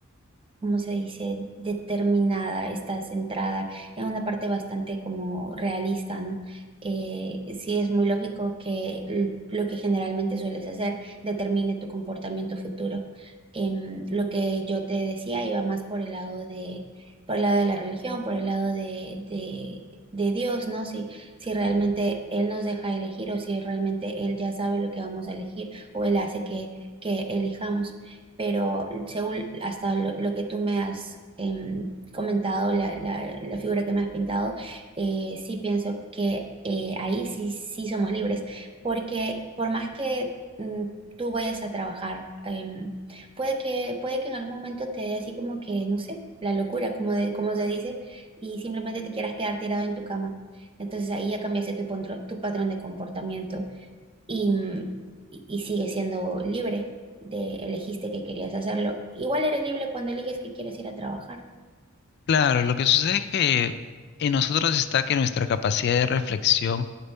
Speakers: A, on the right; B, on the left.
A: Cómo se dice, determinada, está centrada en una parte bastante como realista, ¿no? Eh, sí es muy lógico que l- lo que generalmente sueles hacer determine tu comportamiento futuro. Em, lo que yo te decía iba más por el lado de, por el lado de la religión, por el lado de, de, de Dios, ¿no? Si, si realmente Él nos deja elegir o si realmente Él ya sabe lo que vamos a elegir o Él hace que, que elijamos pero según hasta lo, lo que tú me has em, comentado, la, la- la figura que me has pintado, eh, sí pienso que eh, ahí sí, sí somos libres, porque por más que mm, tú vayas a trabajar, em, puede que, puede que en algún momento te dé así como que, no sé, la locura, como, de, como se dice, y simplemente te quieras quedar tirado en tu cama. Entonces ahí ya cambiaste tu, pontro- tu patrón de comportamiento y, y sigue siendo libre de elegiste que querías hacerlo. Igual eres libre cuando eliges que quieres ir a trabajar,
B: Claro, lo que sucede es que en nosotros está que nuestra capacidad de reflexión